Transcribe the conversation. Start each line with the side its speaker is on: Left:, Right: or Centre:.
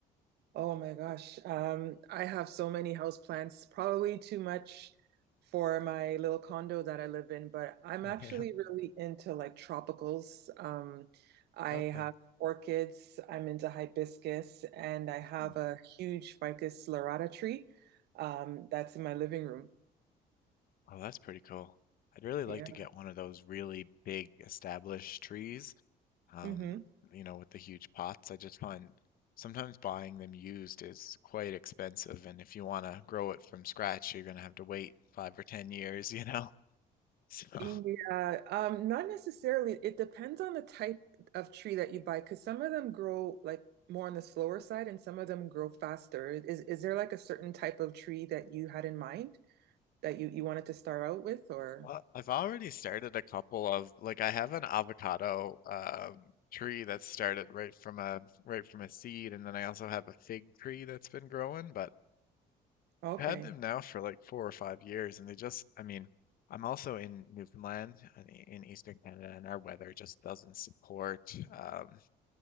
Right: Oh my gosh. Um, I have so many houseplants, probably too much for my little condo that I live in, but I'm actually
Left: Okay. <laughs>
Right: really into like tropicals. Um, I
Left: Okay.
Right: have orchids, I'm into hibiscus, and I have
Left: Hmm.
Right: a huge Ficus lirata tree, um, that's in my living room.
Left: Oh, that's pretty cool. I'd really like
Right: Yeah.
Left: to get one of those really big established trees, um,
Right: hmm
Left: you know, with the huge pots. I just find sometimes buying them used is quite expensive, and if you want to grow it from scratch, you're going to have to wait five or ten years, you know. <laughs> So,
Right: Yeah, um, not necessarily. It depends on the type of tree that you buy, because some of them grow like more on the slower side, and some of them grow faster. Is is there like a certain type of tree that you had in mind that you you wanted to start out with, or
Left: Well, I've already started a couple of like I have an avocado um, tree that's started right from a right from a seed, and then I also have a fig tree that's been growing. But
Right: okay?
Left: I've had them now for like four or five years, and they just I mean I'm also in Newfoundland uh, i- in Eastern Canada, and our weather just doesn't support um,